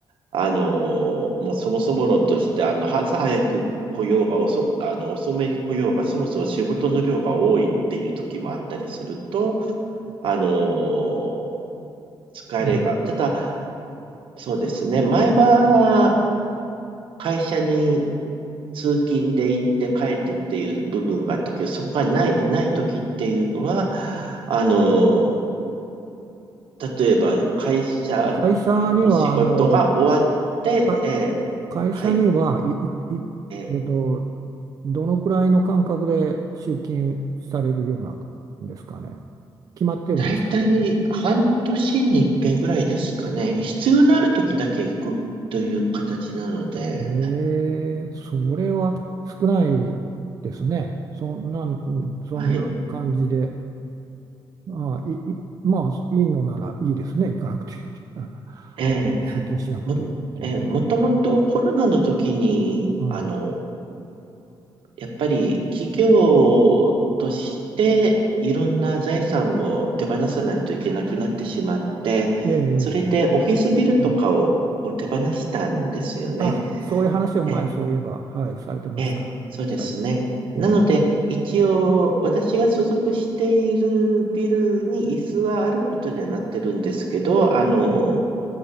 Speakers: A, on the right (about 70°); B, on the right (about 40°).
A: あの、もうそもそも論として、あの、朝早く来ようが遅く、あの、遅めに来ようが、そもそも仕事の量が多いっていう時もあったりすると、あのー疲れが、
B: うん
A: ただ、そうですね、前は会社に通勤で行って帰ってっていう部分があったけど、そこがない、ない時っていうのは、あのー例えば会社
B: 会社には、
A: の仕事が終わって、
B: あの、か、
A: え
B: 会社には、
A: ーはい、
B: い、い、いえっと、
A: えー
B: どのくらいの間隔で出勤されるようなんですかね。決まってるんですか。
A: だいたい半年に一遍ぐらいですかね。必要のある時だけ行くという形なので、
B: えーそれは少ないですね。そんな、うんそんな感じで、
A: はい。
B: ああ、い、い、まあ、いいのならいいですね。行かなくていい。<laughs>
A: え
B: 通勤しなくていいっていうのはね。
A: も、えーもともとコロナの時に、
B: はい。
A: あの、やっぱり企業としていろんな財産を手放さないといけなくなってしまって、
B: え
A: それでオフィスビルとかをこう手放したんですよね。
B: え、ああ、そういう話を前、
A: え、
B: そういえば、はい、されてましたな。
A: え、そうですね。
B: はい。
A: なので、
B: ええ、
A: 一応、私が所属しているビルに椅子はあることにはなってるんですけど、あの、
B: うん